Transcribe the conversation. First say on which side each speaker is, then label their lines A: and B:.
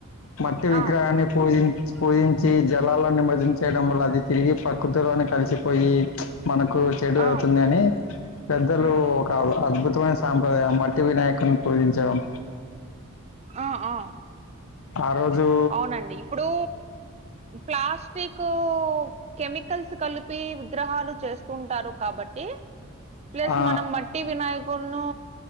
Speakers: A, on the left; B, on the right.
A: మట్టి విగ్రహాన్ని
B: ఆ
A: పూజించ్ పూజించీ జలాల నిమజ్జనం చేయడం వల్ల అది తిరిగి ప్రకృతిలోనే కలిసిపోయ మనకు చెడు
B: ఆ
A: అవుతుందని పెద్దలూ
B: ఉమ్
A: ఒక అద్భుతమైన సాంప్రదాయం మట్టి వినాయకుని పూజించడం
B: ఆ ఆ
A: ఆ రోజూ
B: అవునండి ఇప్పుడూ ప్లాస్టికూ కెమికల్స్ కలిపీ విగ్రహాలు చేస్తుంటారు కాబట్టి ప్లస్
A: ఆ
B: మనం మట్టి వినాయకున్నూ